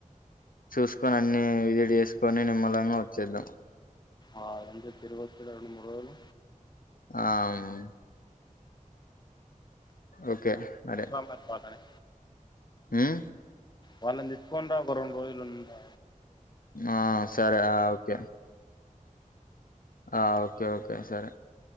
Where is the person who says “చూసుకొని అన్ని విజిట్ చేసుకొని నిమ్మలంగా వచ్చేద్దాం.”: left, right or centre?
Left